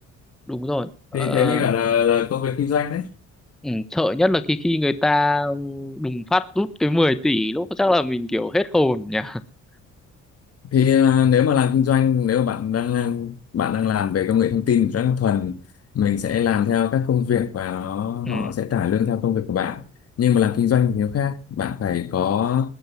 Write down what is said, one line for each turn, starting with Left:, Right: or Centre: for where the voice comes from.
Centre: đúng rồi Ờ,
Left: thì thế mới gọi là, là công việc kinh doanh đấy
Centre: Ừ, sợ nhất là khi khi người ta đùng phát rút cái 10 tỷ lúc chắc là mình kiểu hết hồn nhỉ. <laughs>
Left: thì à, nếu mà làm kinh doanh nếu mà bạn đang bạn đang làm về công nghệ thông tin rất là thuần mình sẽ làm theo các công việc và nó
Centre: Ừ,
Left: họ sẽ trả lương theo công việc của bạn nhưng mà làm kinh doanh thì nó khác bạn phải có